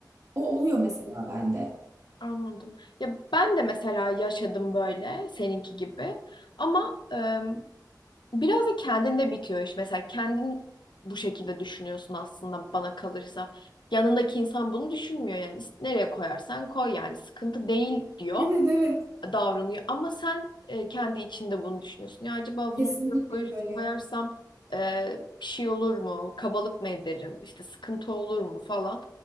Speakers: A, on the right; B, on the left.
A: O oluyor mesela bende.
B: Anladım. Ya ben de mesela yaşadım böyle seninki gibi. Ama e, biraz da kendinde bitiyor iş. Mesela kendin bu şekilde düşünüyorsun aslında bana kalırsa. Yanındaki insan bunu düşünmüyor yani. İst- Nereye koyarsan koy yani sıkıntı değil diyor
A: Evet evet
B: davranıyor. Ama sen e, kendi içinde bunu düşünüyorsun. Ya acaba
A: kesinlikle
B: bunu buraya koy-
A: böyle.
B: koyarsam e, bir şey olur mu? Kabalık mı ederim? İşte sıkıntı olur mu falan.